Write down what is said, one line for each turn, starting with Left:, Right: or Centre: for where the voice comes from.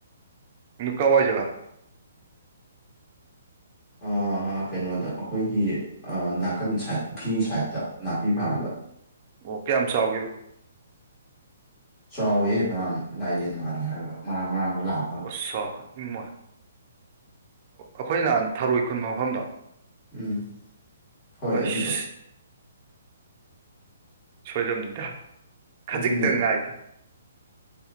Right: ꯎꯝ ꯀꯥꯢꯋꯥꯏ ꯖꯒꯥꯗ꯫
Left: ꯑꯣ ꯀꯩꯅꯣꯗ ꯑꯈꯣꯏꯒꯤ ꯅꯥꯀꯟ ꯁꯥꯏꯠ ꯄꯨꯈ꯭ꯔꯤ ꯁꯥꯏꯠꯇ ꯅꯥꯄꯤ ꯐꯥꯟꯕꯗ꯫
Right: ꯑꯣ ꯀꯌꯥꯝ ꯆꯥꯎꯒꯦ꯫
Left: ꯆꯥꯎꯍꯦ ꯐꯅꯌꯥꯝ ꯂꯥꯏꯌꯦꯟ ꯃꯥꯜꯂꯦ ꯍꯥꯏꯔꯒ ꯃꯔꯥꯡ ꯃꯔꯥꯡꯒ ꯂꯥꯡꯉꯒ꯫
Right: ꯑꯣꯁꯥ ꯏꯃꯩ ꯑꯈꯣꯏ ꯅꯥꯍꯟ ꯊꯔꯣꯏ ꯈꯨꯟꯕ ꯃꯐꯝꯗꯣ꯫
Left: ꯎꯝ ꯍꯣꯏ
Right: ꯑꯁ
Left: ꯑꯗꯨꯗꯣ꯫
Right: ꯁꯣꯏꯔꯝꯅꯤꯗ ꯈꯖꯤꯛꯇ
Left: ꯑꯗꯨꯅꯦ
Right: ꯉꯥꯏꯗ꯫